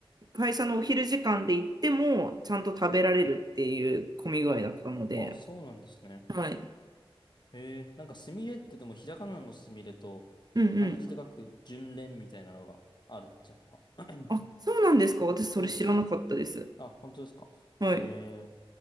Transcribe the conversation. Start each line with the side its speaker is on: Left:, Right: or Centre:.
Right: 会社のお昼時間で行っても、ちゃんと食べられるっていう混み具合だったので、
Left: あ、あ、そうなんですね。
Right: はい。
Left: えーなんかすみれってでもひらがなのすみれと
Right: うん
Left: 漢字で書く順連みたいなのがあるっていうのは。<clears throat>
Right: あ、そうなんですか。私、それ知らなかったです。
Left: そうですね。あ、本当ですか。
Right: はい。
Left: ええ